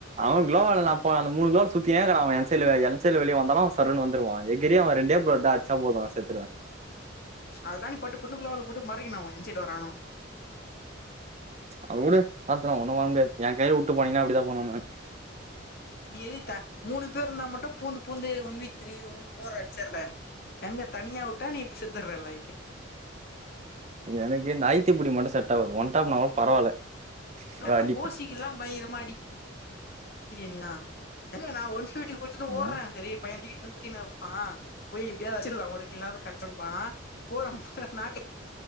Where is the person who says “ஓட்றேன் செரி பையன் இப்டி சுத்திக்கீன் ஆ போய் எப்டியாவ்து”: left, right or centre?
Left